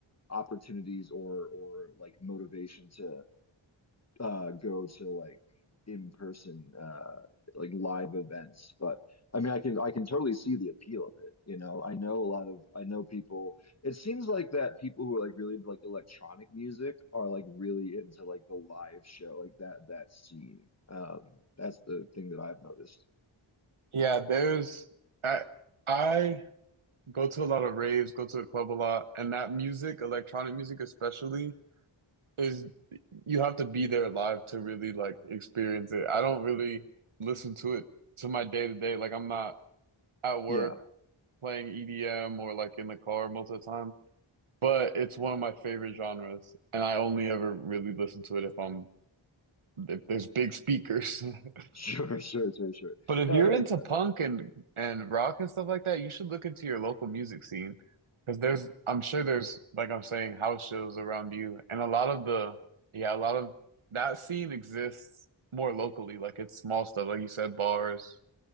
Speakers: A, on the left; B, on the right.
A: opportunities or or like motivation to uh go to like in person uh like live events but I mean I can I can totally see the appeal of it you know I know a lot of I know people it seems like that people who are like really into like electronic music are like really into like the live show like that that scene um that's the thing that I've noticed
B: Yeah, there's I I go to a lot of raves, go to the club a lot, and that music, electronic music especially, is you have to be there live to really like experience it. I don't really listen to it to my day to day. Like I'm not at work
A: yeah
B: playing EDM or like in the car most of the time. But it's one of my favorite genres, and I only ever really listen to it if I'm if there's big speakers. <laughs>
A: <laughs> sure sure sure sure
B: But if
A: no
B: you're
A: that
B: into
A: makes sense
B: punk and and rock and stuff like that, you should look into your local music scene because there's I'm sure there's like I'm saying house shows around you and a lot of the yeah, a lot of that scene exists more locally like it's small stuff like you said bars,